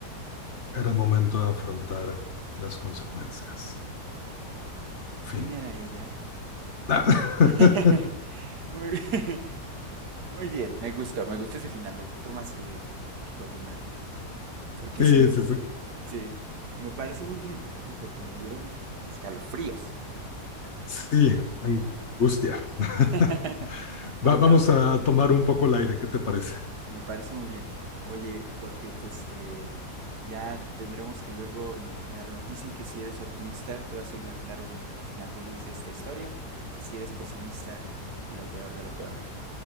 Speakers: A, on the left (about 45°); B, on the right (about 75°).
A: Era momento de afrontar las consecuencias. Fin.
B: ¿Quién era
A: <laughs>
B: ella?
A: Ah.
B: <laughs> Muy, <laughs> muy bien, me gustó, me gustó ese final, me gustó más que, que continuarle. Porque
A: Sí,
B: sin,
A: sí, sí,
B: sí, me parece muy bien. Oye, Jorge, me dieron escalofríos.
A: Sí, angustia. <laughs>
B: <laughs> Pobre
A: Va- vamos
B: Laura.
A: a tomar un poco el aire, ¿qué te parece?
B: Me parece muy bien. Oye, Jorge, pues eh, ya tendremos que luego imaginarnos. Dicen que si eres optimista, te vas a imaginar un final feliz de esta historia. Y si eres pesimista, lo peor de lo peor.